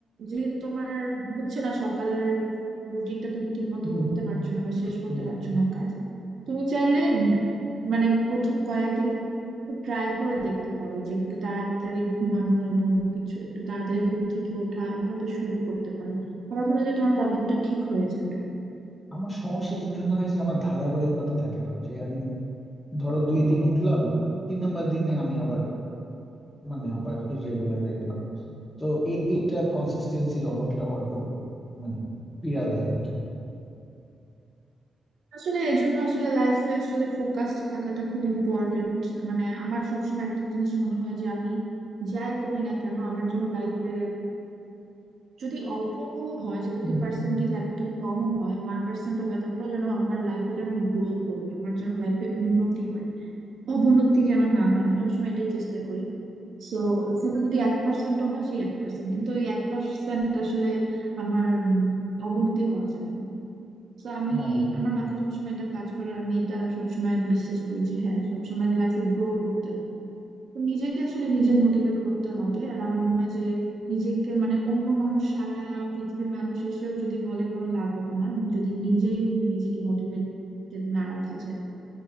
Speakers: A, on the right; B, on the left.
A: যেহেতু তোমার হচ্ছে না সকালের রুটিনটা তুমি ঠিক মতো
B: হুম,
A: করতে পারছো না বা শেষ করতে
B: হুম।
A: পারছো না কাজ তুমি চাইলে উম, মানে প্রথম কয়েকদিন একটু ট্রাই করে দেখতে পারো যে একটু তাড়াতাড়ি ঘুমানো এবং কিছু একটু তাড়াতাড়ি ঘুম থেকে ওঠা এভাবে শুরু করতে পারো আমার মনে হয় যে তোমার প্রবলেমটা ঠিক হয়ে যাবে
B: আমার সমস্যা যেখানে হয় যে আমার ধারাবাহিকতা থাকে না যে আমি ধরো দুই দিন উঠলাম তিন নাম্বার দিনে আমি আবার মানে আবার ইরেগুলার হয়ে গেলাম তো এ- এইটা কনসিস্টেন্সির অভাবটা আমার খুব মানে পীড়া দেয় আর কি
A: আসলে এর জন্য আসলে লাইফে আসলে ফোকাসড থাকাটা খুব ইম্পর্টেন্ট মানে আমার সবসময় একটা জিনিস মনে হয় যে আমি যাই করি না কেন আমার জন্য লাইফে যদি অল্প হয় সেটা
B: হুম,
A: যদি পার্সেন্টেজ একদম কমও হয় ওয়ান পার্সেন্টও হয় তারপরে যেন আমার লাইফে যেন আমি গ্রো করি আমার যেন লাইফে উন্নতি হয় অবনতি যেন না হয় আমি সবসময় এটাই চেষ্টা করি সো সেটা যদি এক পার্সেন্টও হয় সেই এক পার্সেন্ট কিন্তু ওই এক পার্সেন্ট আসলে আমার উম, অবনতি হওয়া যাবে না তো আমি
B: হ্যাঁ
A: এই- আমার মাথায় সবসময় এটা কাজ করে আর আমি এটা সবসময় বিশ্বাস করি যে হ্যাঁ সবসময় লাইফে গ্রো করতে হবে তো নিজেকে আসলে নিজে মোটিভেট করতে হবে আর আমার মনে হয় যে নিজেকে মানে অন্য মানুষ সারা পৃথিবীর মানুষ এসেও যদি বলে কোনো লাভ হবে না যদি নিজেই নিজেকে মোটিভেটেড না রাখা যায়